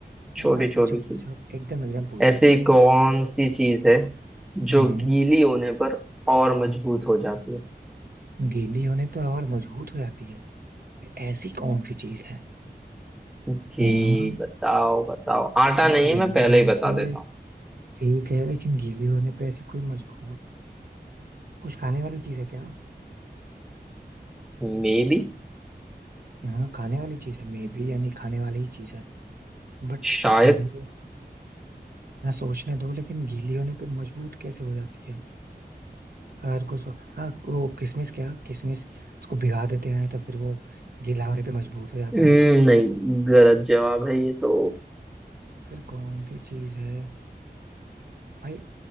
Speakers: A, in the centre; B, on the right.
A: छोटी
B: हाँ हाँ,
A: छोटी
B: पूछो
A: सी
B: पूछो एकदम एकदम पूछो
A: ऐसी कौन सी चीज है
B: हम्म
A: जो गीली होने पर और मजबूत हो जाती है
B: गीली होने पर और मजबूत हो जाती है ऐसी कौन सी चीज है
A: जी
B: हाँ
A: बताओ बताओ आटा
B: ये
A: नहीं
B: गीली
A: है मैं पहले
B: होने
A: ही बता
B: पे
A: देता
B: ठीक है लेकिन गीली होने पे ऐसी कोई मजबूत कुछ खाने वाली चीज है क्या
A: हूँ मे बी
B: हाँ खाने वाली चीज है मे बी यानी खाने वाली ही चीज है बट
A: शायद
B: गीली हो- हाँ सोचने दो लेकिन गीली होने पे मजबूत कैसे हो जाती है हर को सो हाँ वो किशमिश क्या किशमिश उसको भिगा देते हैं तो फिर वो गीला होने पे मजबूत हो जाता
A: हम्म,
B: है
A: नहीं गलत जवाब है ये तो
B: फिर कौन सी चीज है भाई